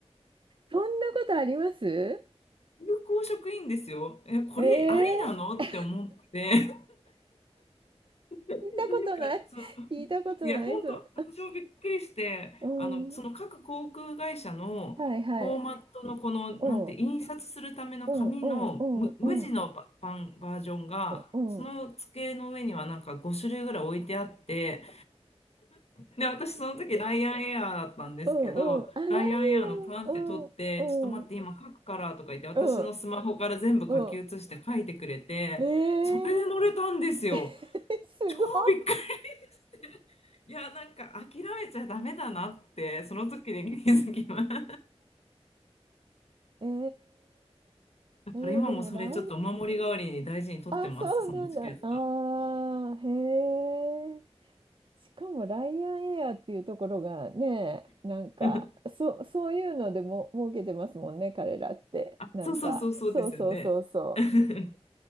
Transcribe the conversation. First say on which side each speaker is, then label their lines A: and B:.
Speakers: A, on the right; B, on the left.
A: そんなことあります
B: 空港職員ですよ。え、これありなのって思って、
A: ええー
B: なん
A: 聞いたことない。
B: かそういや、
A: <laughs> 聞いたことないぞ。
B: 本当、私もびっくりして、
A: うん。
B: あの、その各航空会社のフォーマットのこの、
A: はいはい。うん。
B: なんて、
A: う
B: 印刷するための紙の無、
A: んうんうんうんうん
B: 無地のパ、パンバージョンが、
A: うんうん
B: その机の上にはなんか5種類ぐらい置いてあって、で、私その時ライアンエアーだったんですけど、
A: うんうん。あらいよ。
B: ライアンエアーのパンって取って、
A: うんうん
B: ちょっと待って今書くからとか言って、私のスマホから全部書き写して書いてくれて、
A: うんうん。ええー
B: それで乗れたんですよ。
A: <laughs> すごい。
B: 超びっくり <laughs> いや、なんか諦めちゃダメだなって、その時で <laughs> 気づきます。だ
A: えええーでもライン
B: から今もそれちょっとお守り代わりに大事に取ってます、
A: あ、そうなんだ。
B: そのチケッ
A: ああ、へえ。しかもライアンエアっていうところがね、なんか、
B: ト。<laughs>
A: そう、そういうのでも儲けてますもんね、彼らって。
B: あ、
A: なんか、
B: そうそうそうそうですよね。
A: そうそうそうそ
B: <laughs>